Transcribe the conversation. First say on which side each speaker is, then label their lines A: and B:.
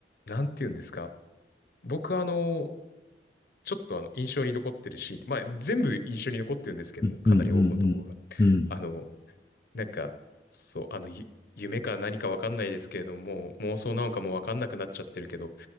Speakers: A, on the left (about 55°); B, on the left (about 20°).
A: う、なんて言うんですか。僕あの、ちょっとあの印象に残ってるシーン、まあ全部印象に残ってるんですけども、
B: うんうんうんうんうん
A: かなり多くのところが。あの、なんか、そう、あの、ゆ夢か何かわかんないですけれども、妄想なのかもわかんなくなっちゃってるけど、